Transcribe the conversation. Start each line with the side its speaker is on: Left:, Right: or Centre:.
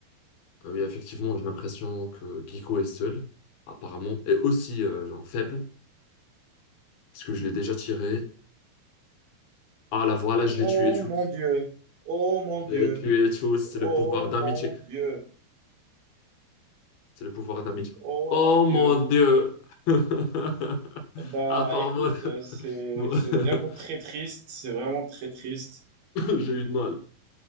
Left: Ah Oui, effectivement, j'ai l'impression que Giko est seul, apparemment, et aussi euh, genre faible, parce que je l'ai déjà tiré. Ah là, voilà, je
Right: Oh
Left: l'ai tué tous.
Right: mon Dieu, oh mon Dieu,
Left: Je l'ai tué tous, c'est le
Right: oh
Left: pouvoir d'amitié.
Right: mon Dieu,
Left: C'est le pouvoir d'amitié.
Right: oh
Left: Oh
Right: mon Dieu.
Left: mon Dieu! <laughs>
Right: Bah,
Left: Apparemment,
Right: écoute, euh, c'est,
Left: <laughs>
Right: c'est vraiment très triste, c'est vraiment très triste.
Left: j'ai eu de mal.